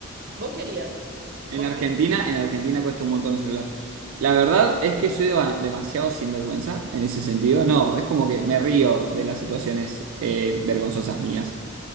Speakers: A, on the right; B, on the right.
A: ¿Vos querías?
B: En
A: Vos
B: Argentina,
A: podés
B: en Argentina cuesta un montón el celular. La verdad es que soy dema- demasiado sinvergüenza en ese sentido. No, es como que me río de las situaciones eh, vergonzosas mías.